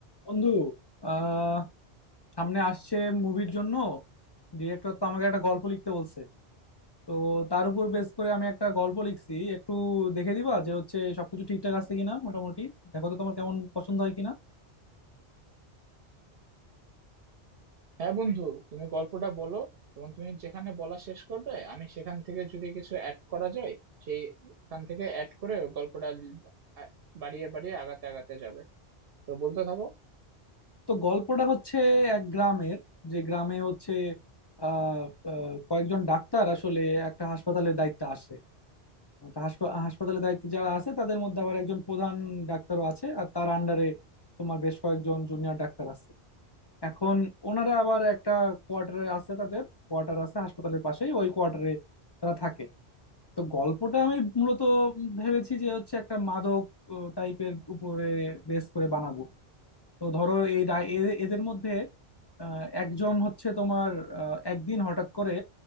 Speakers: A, on the left; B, on the right.
A: বন্ধু আহ সামনে আসছে মুভির জন্য ডিরেক্টর তো আমাকে একটা গল্প লিখতে বলছে তো তার উপর বেস করে আমি একটা গল্প লিখছি একটু দেখে দিবা যে হচ্ছে সবকিছু ঠিকঠাক আছে কিনা মোটামুটি দেখো তো তোমার কেমন পছন্দ হয় কিনা
B: হ্যাঁ বন্ধু তুমি গল্পটা বলো এবং তুমি যেখানে বলা শেষ করবে আমি সেখান থেকে যদি কিছু অ্যাড করা যায় সেইখান থেকে অ্যাড করে গল্পটা ল- আ- বাড়িয়ে বাড়িয়ে আগাতে আগাতে যাবে তো বলতে থাকো
A: তো গল্পটা হচ্ছে এক গ্রামের যে গ্রামে হচ্ছে আহ আহ, কয়েকজন ডাক্তার আসলে একটা হাসপাতালের দায়িত্বে আসে তো হাসপা- হাসপাতালের দায়িত্বে যারা আছে তাদের মধ্যে আবার একজন প্রধান ডাক্তারও আছে আর তার আন্ডারে তোমার বেশ কয়েকজন জুনিয়র ডাক্তার আছে এখন ওনারা আবার একটা কোয়ার্টারে আছে তাদের কোয়ার্টার আছে হাসপাতালের পাশেই ওই কোয়ার্টারে তারা থাকে তো গল্পটা আমি মূলত ভেবেছি যে হচ্ছে একটা মাদক টাইপের উপরে বেস করে বানাবো তো ধরো এই রা- এ- এদের মধ্যে আহ, একজন হচ্ছে তোমার আহ, একদিন হঠাৎ করে